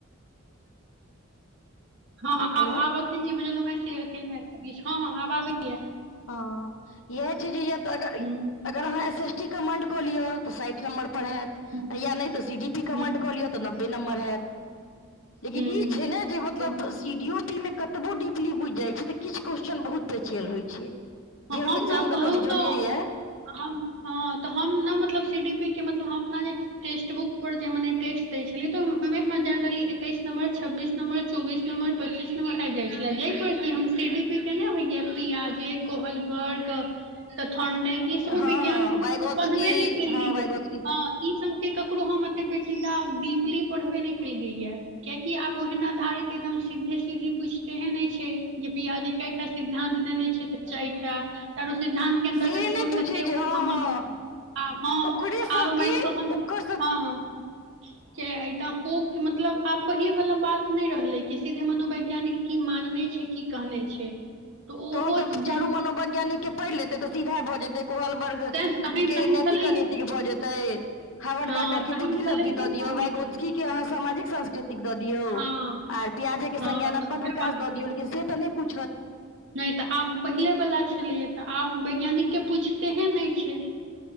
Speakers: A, on the right; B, on the left.
A: हँ
B: हेलो
A: आब आब एखन जे बझलहुँ हेँ से एखन आयल हँ हँ आब आबैया
B: हँ इएह छै जे य तऽ अगर
A: हूँ
B: अगर अहाँ एस एसटी कमांड कऽ लिय तऽ साठ नम्बर पर हयैत
A: हूँ
B: या नहि तऽ सीडी पी कमांड
A: हूँ
B: कऽ लिय त‌ नब्बे हैत लेकिन
A: हूँ
B: इ‌ छै ने जे मतलब
A: ताहि दुआरे
B: सीडी ओ पी मे कतब डपली बुझि जाइ छै त किछु क्वेशस्चन बहुत पचल होइ छै जे
A: ह हम
B: एग्जाम
A: ने
B: दऽ
A: कहू
B: कऽ बुझलियै
A: तऽ
B: ये
A: हम हँ तऽ हम ने मतलब सी डी पी के मतलब अपना जे टस्ट बुक पर जे मने टस्ट दै छलिय तऽ अमे हम जनरल एकैस नंबर छब्बीस नम्बर चौबीस नम्बर पच्चीस नम्बर आबि जाइ छले जाहि पर कि हम सी डी पी केने होइया प्याजे कोहलबर्ग को तऽ ठण्ड में
B: हँ
A: ई सब हम
B: हँ
A: विज्ञान के कानों
B: वाइगोत्सकी
A: पढ़बे नहि केलियै
B: हँ वाइगोत्सकी
A: य हँ ई सब के ककरो हम एते पेचीदा डीपली पढ़बे नहि केलियै या कियकि आब ओहन आधारित एकदम सीधे सीधी पूछतेहे नहि छै जे पियाजे कैकटा सिद्धान्त देने छै तऽ चारि टा चारू सिद्धान्त के अन्तर्गत
B: से
A: कोन
B: नहि पूछै
A: कते अवस्था
B: छै हँ
A: मानैत
B: हँ
A: छैथ आ हँ
B: ओकरे
A: तऽ
B: सबके
A: आब माइन कऽ हम
B: ओकर सब
A: हँ हँ के ऐठम ओ मतलब आब पहिले वला बात नहि रहले कि सीधे मनोवैज्ञानिक की मानने छै की कहने छै तऽ ओहो
B: तहन तऽ
A: जे
B: चारू मनोवैज्ञानिक के पढ़ि लेतै तऽ सीधा भऽ जेतै कोलवर्ग
A: तहन तहन
B: के नैतिक
A: छलैहे
B: अनैतिक भऽ जेतै हावड़
A: हँ
B: गार्डनर के
A: तहन
B: बुद्धि
A: छलैहे
B: लब्धि दऽ दियौ
A: पंडित
B: वैगोतकी के आंहा सामाजिक संस दऽ दियऔ
A: हँ
B: आर प्याजे के
A: हँ
B: संज्ञानात्मक
A: तऽ उएह
B: विकास
A: बात
B: दऽ
A: छै
B: दियौ लेकिन से तऽ नहि पूछत
A: नहि तऽ आब पहिलेवला छलैया तऽ आब वैज्ञानिक के पूछतेहे नहि छै